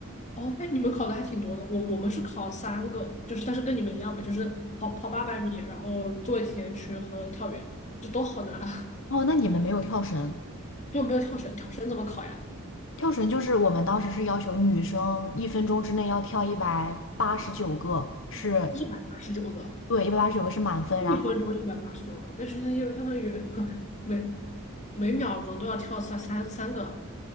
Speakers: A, on the left; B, on the left.
A: 哦，哎，你们考的还挺多的。我我们是考三个，就是但是跟你们一样吧，就是跑跑八百米，然后做一体前屈和跳远，这都好难。
B: 哦，那你们没有跳绳？
A: 就没有跳绳，跳绳怎么考呀？
B: 跳绳就是我们当时是要求女生一分钟之内要跳一百八十九个，是，
A: 一百八十九个，
B: 对，一百八十九个是满分，
A: 一分钟一百八十九个，
B: 然后
A: 那是那就相当于 <laughs> 每每秒钟都要跳三三三个